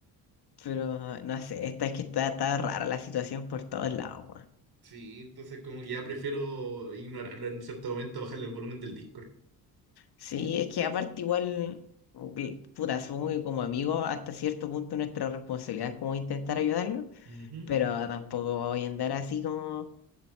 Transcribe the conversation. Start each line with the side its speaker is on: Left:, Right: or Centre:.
Left: Pero ah, no sé, esta es que está, está rara la situación por todos lados, weón.
Right: Sí, entonces como que ya prefiero ignorarlo en cierto momento, bajarle el volumen del Discord.
Left: Sí, es que aparte igual, uy, puta, supongo que como amigos hasta cierto punto nuestra responsabilidad es como intentar ayudarlo,
Right: Ujú.
Left: pero tampoco voy a andar así como